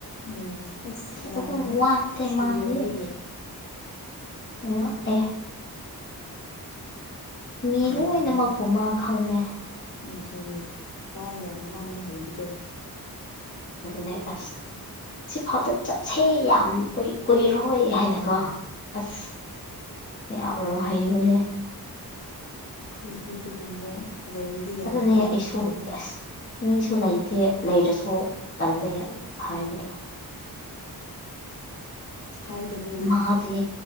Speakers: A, on the left (about 50°); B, on the left (about 30°).
A: ꯎꯝ ꯑꯁ ꯌꯥꯝꯕꯅꯦ
B: ꯑꯗꯨ ꯑꯗꯨ ꯋꯥꯇꯦ
A: ꯐ꯭ꯔꯤ
B: ꯃꯥꯅꯦꯦ
A: ꯑꯣꯏꯕꯒꯤ
B: ꯅꯑ ꯑꯦ ꯃꯤ
A: ꯖꯒꯥꯅꯤ
B: ꯂꯣꯏꯅꯃꯛꯄꯨ ꯃꯥ ꯈꯪꯉꯦ
A: ꯑꯗꯨꯅꯦ ꯋꯥ ꯌꯥꯝ ꯉꯥꯡꯕ ꯍꯩꯕꯗꯣ
B: ꯑꯗꯨꯅꯦ ꯑꯁ ꯁꯤꯐꯥꯎꯗ ꯆꯠꯁꯦ ꯌꯥꯝ ꯀꯨꯏꯔꯣꯏ ꯍꯥꯏꯅꯀꯣ ꯑꯁ ꯌꯥꯝ ꯍꯩꯕꯅꯦ
A: ꯑꯩꯈꯣꯏꯗꯤ ꯑꯗꯨꯒꯨꯝꯕ ꯂꯩꯕꯨꯗꯤ ꯌꯥꯝ
B: ꯑꯗꯨꯅꯦ
A: ꯐꯅꯤ
B: ꯑꯩꯁꯨ
A: ꯂꯩꯗ
B: ꯑꯁ ꯃꯤꯁꯨ ꯂꯩꯇꯦ ꯂꯩꯔꯁꯨ ꯇꯜꯂꯦ ꯑꯩ ꯍꯥꯏꯕꯗꯣ
A: ꯍꯥꯏꯗꯕ
B: ꯃꯥꯗꯤ